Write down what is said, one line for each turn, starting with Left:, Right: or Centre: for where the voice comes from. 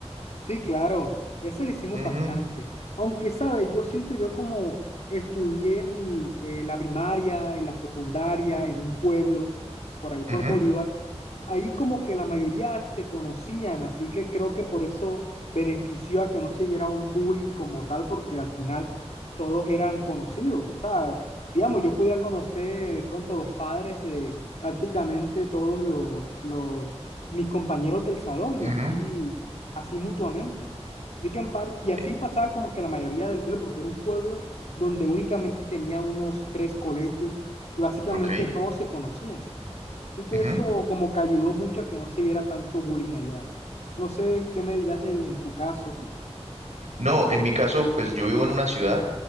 Left: Sí, claro, ese lo hicimos
Right: Ujú,
Left: bastante. Aunque, ¿sabes? Yo siento yo como estudié mi, eh, la primaria y la secundaria en un pueblo, por ahí por
Right: ujú,
Left: Bolívar, ahí como que la mayoría se conocían, así que creo que por eso benefició a que no se diera un bullying como tal, porque al final todos eran conocidos. O sea, digamos, yo podía conocer de pronto los padres de prácticamente todos los, los mis compañeros del salón y
Right: ujú,
Left: así así mutuamente. Así que en parte, y así
Right: eh,
Left: pasaba como que la mayoría del pueblo, porque era un pueblo donde únicamente tenía unos tres colegios y básicamente
Right: ok.
Left: todos se conocían. Así que
Right: ujú.
Left: eso como que ayudó mucho a que no se viera tanto bullying allá. No sé qué me dirás del- en tu caso.
Right: No, en mi caso, pues yo vivo en una ciudad